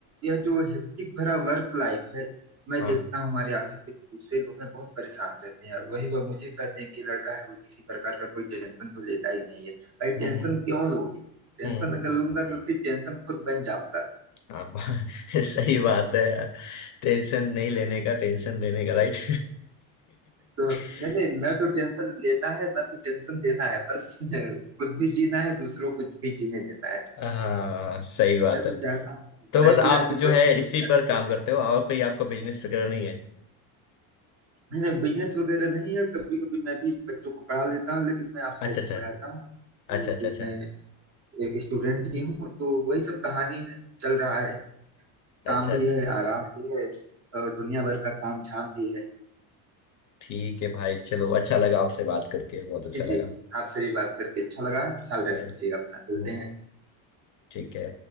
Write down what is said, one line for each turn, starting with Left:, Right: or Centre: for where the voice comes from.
Right: यह जो हेक्टिक भरा वर्क लाइफ है मैं
Left: हाँ
Right: देखता हूँ हमारे ऑफिस के जो दूसरे लोग हैं बहुत परेशान रहते हैं और वही वह मुझे कहते हैं कि लड़का है वो किसी प्रकार का कोई टेंशन तो लेता ही नहीं है भाई
Left: हम्म
Right: टेंशन
Left: हम्म
Right: क्यों लोगे
Left: हम्म।
Right: टेंशन अगर लूंगा तो फिर टेंशन खुद बन जाऊंगा
Left: हाँ बा- <laughs> सही बात है यार टेंशन नहीं लेने का टेंशन देने का राइट
Right: तो
Left: <laughs>
Right: मैंने न तो टेंशन लेना है न तो टेंशन देना है बस <laughs> खुद भी जीना है दूसरों को भी जीने देना है
Left: हाँ सही बात
Right: मैं
Left: है
Right: तो चाहता हूँ
Left: तो
Right: मैं
Left: बस आप
Right: भी आगे
Left: जो
Right: बढ़ूँ
Left: है इसी
Right: आगे
Left: पर काम
Right: बढ़ूँ
Left: करते हो और कोई आपका बिजनेस वगैरह नहीं है
Right: नहीं नहीं बिजनेस वगैरह नहीं है कभी कभी मैं भी बच्चों को पढ़ा लेता हूँ लेकिन मैं ऑफलाइन
Left: अच्छा अच्छा
Right: ही पढ़ाता हूँ तो
Left: अच्छा
Right: अभी
Left: अच्छा अच्छा
Right: मैं एक स्टूडेंट ही हूँ तो वही सब कहानी है चल रहा है
Left: अच्छा
Right: काम भी
Left: अच्छा
Right: है आराम भी है और दुनिया भर का काम झाम भी है
Left: ठीक है भाई चलो अच्छा लगा आपसे बात करके बहुत अच्छा
Right: जी
Left: लगा
Right: जी आपसे भी बात करके अच्छा लगा ख्याल रखिएगा
Left: बाय
Right: अपना मिलते
Left: बाय।
Right: हैं
Left: ठीक है